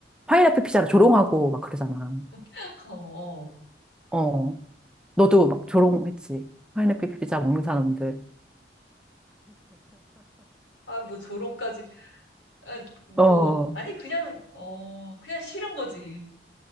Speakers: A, in the centre; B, on the left.
A: 파인애플 피자를 조롱하고 막 그러잖아.
B: <laughs> 어, 어.
A: 어, 너도 막 조롱했지. 파인애플 피자 먹는 사람들.
B: 아, 뭐 조롱까지. 아, 뭐,
A: 어,
B: 아니, 그냥, 어, 그냥 싫은 거지.